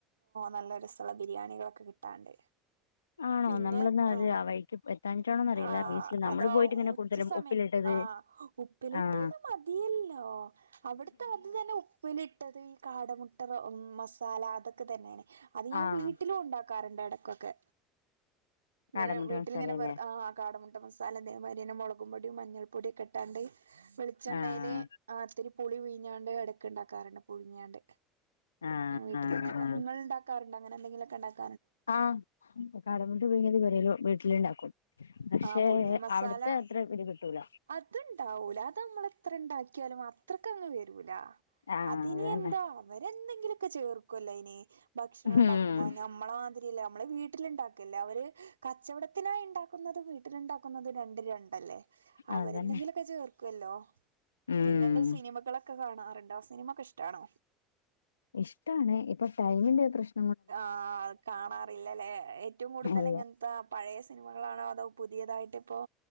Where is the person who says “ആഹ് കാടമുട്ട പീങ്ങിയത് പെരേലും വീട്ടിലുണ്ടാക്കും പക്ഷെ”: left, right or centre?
Left